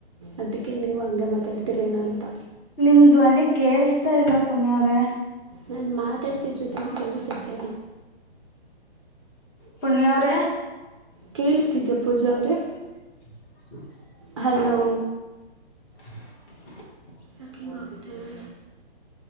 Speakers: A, on the right; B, on the left.
A: ಅದಕ್ಕೆ ಕೆ ನೀವು ಹಂಗೆ ಮಾತಾಡ್ತೀರೇನೋ ಅಂತ.
B: ನಿಮ್ ಧ್ವನಿ ಕೇೇಳಸ್ತಾ ಇಲ್ಲ ಪುಣ್ಯಅವ್ರೆ.
A: ನಾನ್ ಮಾತಾಡ್ತಿದ್ರೆ ತಾನೇ ಕೇಳಸಕ್ಕೆೆ.
B: ಪುಣ್ಯ ಅವ್ರೇ.
A: ಕೇಳುತ್ತಿದ್ದೀಯಾ ಪೂಜ ಅವ್ರೇ.
B: <inaudible>
A: ಹಲೋ.
B: <inaudible>
A: ಯಾಕ ಹಿಂಗ ಆಗುತ್ತೆ. <inaudible>